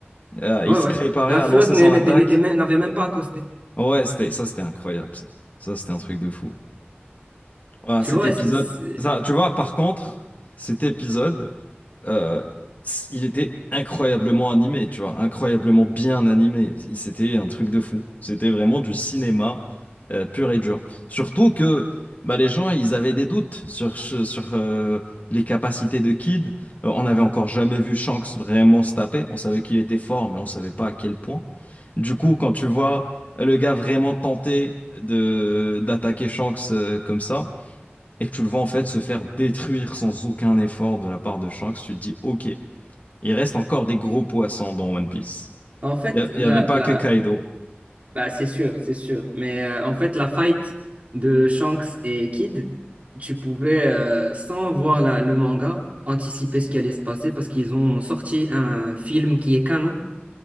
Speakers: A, on the left (about 40°); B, on the right (about 35°).
A: Euh, il
B: Ouais,
A: se
B: ouais.
A: préparait
B: La
A: à
B: flotte
A: lancer
B: n'était-
A: son attaque.
B: n'était même- n'avait même pas accosté.
A: Ouais, c'était, ça, c'était incroyable, ça. Ça, c'était un truc de fou. Voilà,
B: Tu
A: cet
B: vois,
A: épisode.
B: c'est- c'est-
A: Ça, tu vois, par contre, cet épisode, euh, c- il était incroyablement animé, tu vois, incroyablement bien animé. Il- C'était un truc de fou. C'était vraiment du cinéma euh, pur et dur. Surtout que bah, les gens, ils avaient des doutes sur, ce- sur euh, les capacités de Kid. Euh, on n'avait encore jamais vu Shanks vraiment se taper. On savait qu'il était fort, mais on ne savait pas à quel point. Du coup, quand tu vois le gars vraiment tenter de d'attaquer Shanks euh, comme ça, et que tu le vois en fait se faire détruire sans aucun effort de la part de Shanks, tu te dis ok, il reste encore des gros poissons dans One Piece.
B: en fait,
A: Il
B: la,
A: n'y avait pas
B: la...
A: que Kaido.
B: Bah, c'est sûr, c'est sûr. Mais euh, en fait, la fight de Shanks et Kid, tu pouvais, euh, sans voir la- le manga, anticiper ce qui allait se passer parce qu'ils ont sorti un film qui est canon,